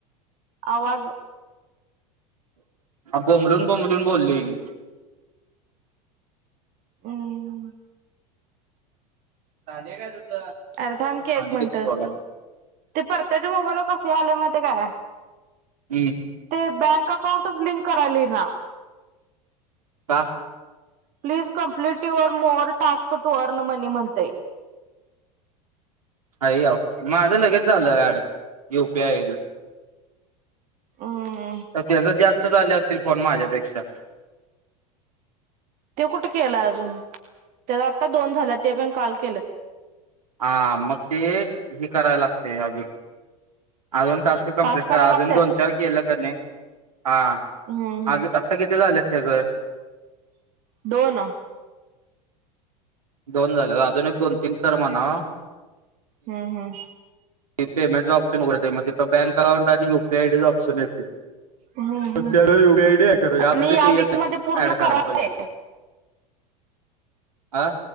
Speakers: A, on the right; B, on the right.
A: आवाज
B: बोंबलून बोंबलून बोललोय यो
A: हम्म झाल काय तुझ? अरे थांब की एक
B: आणि
A: मिनिट.
B: किती बोलायचं
A: ते परत्याच्या मोबाईलला कसे आलय माहितेय काय?
B: हम्म
A: ते बँक अकाउंटच लिंक करायला येईना.
B: का
A: please complete your more task to earn money म्हणतय.
B: आयो, माझ लगेच झाल ऍड युपी आय डी.
A: हम्म
B: त, त्याच्याच जास्त झाले असतील फोन माझ्यापेक्षा.
A: तु कुठे केल अजून. त्याच आत्ता दोन झाल्यात. ते पण काल केलेत.
B: हा मग ते हे करायला लागतय अजून. अजून टास्क कम्प्लीट
A: पाच करायला
B: करा. अजुन
A: लागतात
B: दोन चार केल का नाही, आ
A: हम्म हम्म
B: आज आता किती झालेत त्याच.
A: दोन
B: दोन झाले व्हय, अजून एक, दोन, तीन कर म्हणाव.
A: हम्म हम्म
B: ते पेमेंट ऑप्शन वर येत. तिथ बँक अकांट आणि युपी आय आयडी च ऑप्शन येते.
A: हम्म
B: त्याला
A: हम्
B: एवढी आयडी आहे. आता
A: आणि
B: तिथे
A: या
B: येत
A: वीक
B: नाही.
A: मध्ये पूर्ण
B: ऍड करायला
A: करा
B: पाहिजे.
A: ते
B: आ